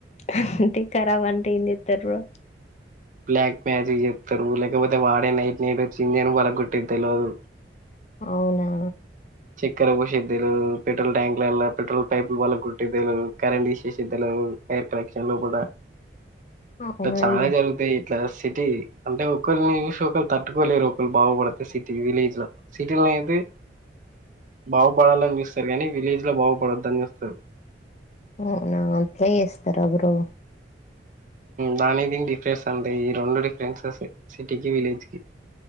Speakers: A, on the left (about 35°); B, on the right (about 45°).
A: అంటే కరాబ్ అంటే ఏం చెత్తరు బ్రో
B: బ్లాక్ మ్యాజిక్ చేత్తరు లేకపోతే వాడే నైట్ నైట్ వచ్చింజేను బొలగోట్టేది తెలవదు
A: అవునా
B: చెక్కర పోసేది తెలియదు పెట్రోల్ ట్యాంక్లల్ల పెట్రొలు పైపులు పగలు కొట్టడం తెలియదు కరెంట్ తిసేది తెలియదు ఇషేస్ద్దలు నేను బయటికి వెళ్ళేలొపట
A: అవునా
B: ఇలా చాలా
A: ఇ
B: జరుగుతాయి ఇట్లా సిటీ అంటే ఒకరిని చూసి ఒకళ్రు తట్టుకోలేరు ఒకళ్రు బాగుపడితే సిటీ విలేజ్ లో సిటీల్లో అయితే బాగుపడాలని చూస్తారు కానీ విలేజ్ లో బాగుపడొద్దని చూస్తారు
A: అవునా అట్లే చేేస్తార బ్రో
B: దానికి దినికి డిఫరెన్స్ అంతే ఈ రెండు డిఫరెన్సెస్ సిటీకిి విలేజ్ కి